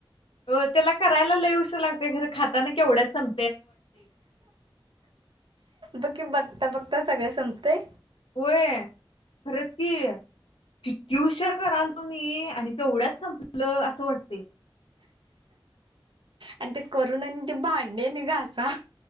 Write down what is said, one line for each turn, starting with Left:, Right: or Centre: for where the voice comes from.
Left: अ त्याला करायला लईश लागतेर खाताना केवढ्या चम
Right: बकी बघता बघता आता सगळे संपतेय
Left: होय खरंच की कि ट्युशर कराल तुम्ही आणि तेवढ्याच संपलं असं वाटत ते
Right: आणि ते करून आणि ते भांडे नाही घासा.